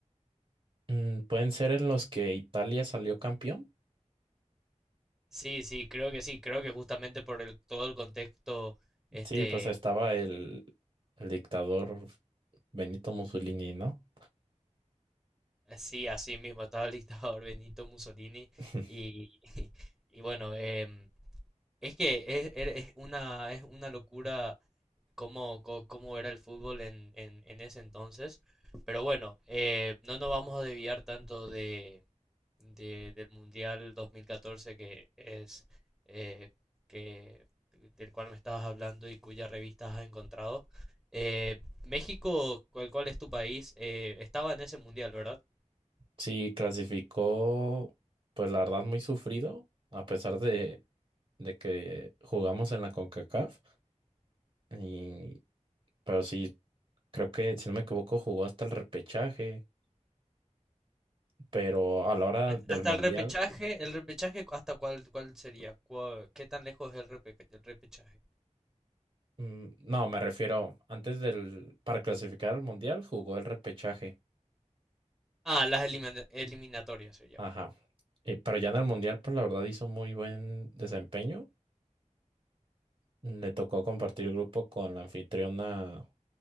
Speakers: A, on the right; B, in the centre.
A: Mm, ¿pueden ser en los que Italia salió campeón?
B: Sí, sí, creo que sí. Creo que justamente por el, todo el contexto, este,
A: Sí, pues estaba el, el dictador Benito Mussolini, ¿no?
B: sí, así mismo estaba el dictador Benito Mussolini
A: <laughs>
B: y <laughs> y bueno, em, es que es, es es una es una locura. cómo, co- cómo era el fútbol en, en, en ese entonces. Pero bueno, eh, no nos vamos a desviar tanto de, de- del Mundial 2014 que es eh, que, del cual me estabas hablando y cuya revista has encontrado. Eh, México, ¿cuál, cuál es tu país? Eh, estaba en ese mundial, ¿verdad?
A: Sí, clasificó, pues la verdad, muy sufrido, a pesar de, de que jugamos en la CONCACAF. Y, pero sí, creo que, si no me equivoco, jugó hasta el repechaje, pero a la hora del
B: Hasta
A: Mundial.
B: el repechaje, el repechaje, ¿hasta cuál, cuál sería? ¿Cuál- qué tan lejos es el repe- el repechaje?
A: Mm, No, me refiero, antes del, para clasificar al Mundial jugó el repechaje.
B: Ah, las elimina- eliminatorias se llama.
A: Ajá. Y pero ya en el Mundial, pues la verdad hizo muy buen desempeño. Le tocó compartir grupo con la anfitriona